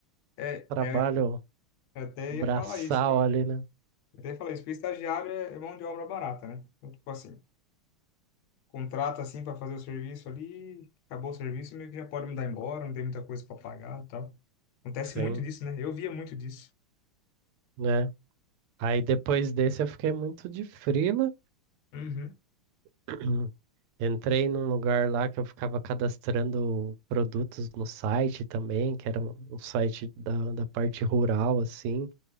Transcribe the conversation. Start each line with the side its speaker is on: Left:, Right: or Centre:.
Left: É,
Right: trabalho
Left: é, eu até
Right: braçal
Left: ia falar isso, cara.
Right: ali, né?
Left: Eu até ia falar isso, porque estagiário é mão de obra barata, né? Então, tipo assim, contrata assim pra fazer o serviço ali, acabou o serviço, meio que já pode mandar embora, não tem muita coisa pra pagar e tal. Acontece
Right: Sim.
Left: muito disso, né? Eu via muito disso.
Right: né? Aí depois desse eu fiquei muito de frila.
Left: Uhum.
Right: <clears throat> Entrei num lugar lá que eu ficava cadastrando produtos no site também, que era um um site da, da parte rural, assim,